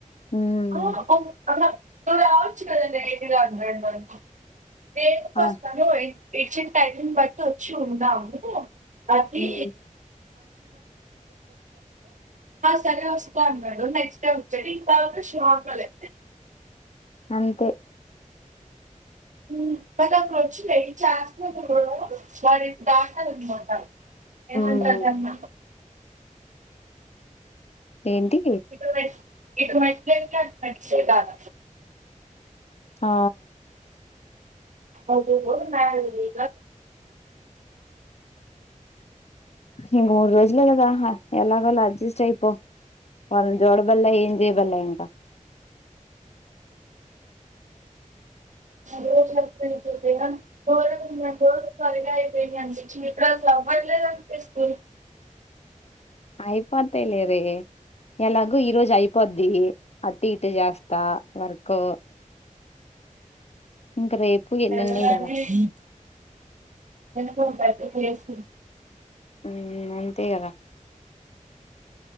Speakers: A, on the left; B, on the right.
A: ఉమ్
B: అ హోం అనర్ నువు రావచ్చు కద నయిటీ హండ్రెడ్ వరకు నేను వస్తాను
A: ఆ
B: ఏ ఇచ్చిన టైమును బట్టి వచ్చి ఉందాము ఆది
A: ఉమ్
B: సరే వస్తా అన్నాడు నెక్స్ట్ డే బుక్ చే శాకలే
A: అంతే
B: మ్మ్ నాకు అప్పుడు వచ్చిండె ఇది చేస్తనన్నను వారి దాటాలన్నమాట ఏమంటాడన్న
A: ఉమ్ ఏంటి
B: ఇటు మెట్ ఇటు మెట్లెక్కి అటు మెట్స్ ఉండాల
A: ఆ
B: అవును మ ఇ
A: ఈ మూడు రోజులే కదా ఎలాగోల అడ్జస్ట్ అయిపో వాళ్ళని జోడు బల్ల ఏం జేయబల్ల ఇంకా
B: రోజపోనీ రోజులు త్వరగా అయిపోయినయి అనిపిచ్చింది అంటే చీక అసల అవ్వట్లేదు అనిపిస్తు
A: అయిపోతా లేరే ఎలాగో ఈ రోజు అయిపోద్ది అటు ఇటు చేస్తా వర్క్ ఇంక రేపు ఎల్లుండే
B: ఎందులోండి
A: కదా
B: <unintelligible> పు చేస్
A: మ్మ్ అంతే కదా